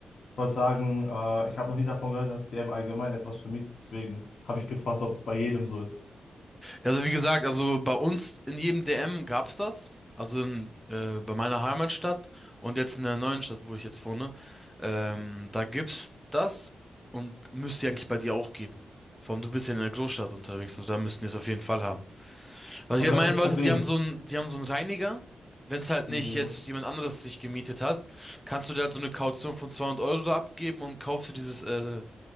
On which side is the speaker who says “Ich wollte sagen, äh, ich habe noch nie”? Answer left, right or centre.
Left